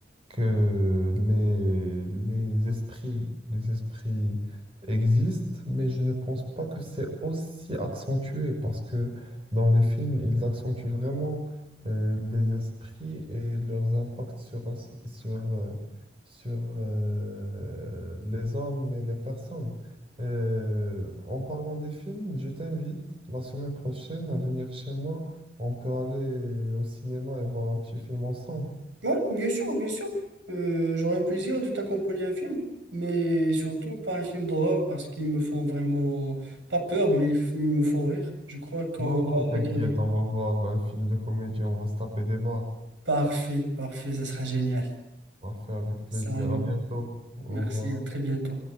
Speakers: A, on the right; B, on the right.
A: que les, les esprits, les esprits existent, mais je ne pense pas que c'est aussi accentué parce que dans les films, ils accentuent vraiment euh, les esprits et leurs impacts sur, us- sur, euh, sur euh, les hommes et les personnes. Euh, en parlant des films, je t'invite la semaine prochaine à venir chez moi. On peut aller au cinéma et voir un petit film ensemble.
B: Oui, bien sûr, bien sûr. Euh, j'aurais le plaisir de t'accompagner à un film, mais surtout pas un film d'horreur parce qu'ils me font vraiment, pas peur, mais ils f- ils me font rire. Je crois qu'on
A: Non,
B: va
A: non, t'inquiète,
B: regarder.
A: on va voir un film de comédie, on va se taper des barres.
B: Parfait, parfait, ça sera génial.
A: Parfait, avec plaisir.
B: Salut,
A: À bientôt. Au
B: merci,
A: revoir.
B: à très bientôt.